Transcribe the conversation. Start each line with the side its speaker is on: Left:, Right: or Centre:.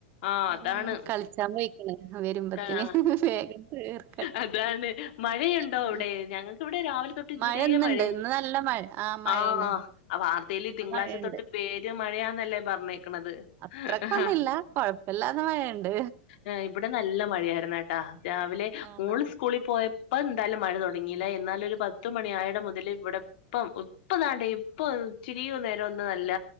Left: ആഹ്
Right: ഉം
Left: അതാണ്
Right: കളിച്ചാ പോയിക്കണ് ആഹ് വരുമ്പത്തിന്
Left: ആഹ്
Right: വേഗം തീർക്കട്ടെ
Left: അതാണ് മഴയുണ്ടോ
Right: പിന്നെ
Left: അവിടെ
Right: ഉം
Left: ഞങ്ങൾക്കിവിടെ രാവിലെ തൊട്ട് ട്ട് ഇതുവരേ
Right: മഴ ഇന്ന്ണ്ട്
Left: മഴയ
Right: ഇന്ന് നല്ല മഴ മഴേണ്
Left: ആഹ് ആ വാർത്തയില്
Right: ഇന്ന്
Left: തിങ്കളാഴ്ച
Right: മഴണ്ട്
Left: തൊ പെരും മഴയാന്നല്ലേ പറഞ്ഞെ ക്കണത്
Right: അത്രക്കൊന്നുല്ല
Left: ആഹ്
Right: കൊഴപ്പില്ലാതെ മഴയുണ്ട്
Left: ആഹ് ഇവിടെ നല്ല മഴയാരുന്ന്
Right: ഉം
Left: കേട്ടാ രാവിലെ
Right: ആണോ
Left: മോള് സ്കൂളി പോയപ്പ എന്തായാലും മഴ തൊടങ്ങിയില്ല എന്നാലും ഒരു പത്ത്
Right: ഉം
Left: മണിയായിടം മുതല് ഇവിടെ ഇപ്പം ഇപ്പ താണ്ടേ ഇപ്പൊ ഇച്ചിരി നേരം ഒന്ന് നല്ല